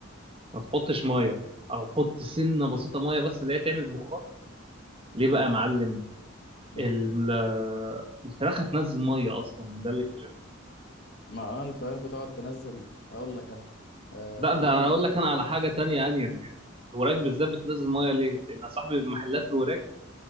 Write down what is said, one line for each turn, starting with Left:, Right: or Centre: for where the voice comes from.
Right: ما تحطش ميه او حط سنه بسيطه ميه بس اللي هي تعمل بخار ليه بقى يا معلم
Left: ليه
Right: ال- الفراخ هتنزل ميه اصلا ده اللي اكتشفته
Left: ما اه الفراخ بتقعد تنزل اقول لك انا آه
Right: لا
Left: في
Right: ده انا هقول لك انا على حاجه تانية انير يعني الوراك بالذات بتنزل ميه ليه؟ لان صاحبي محلات الوراك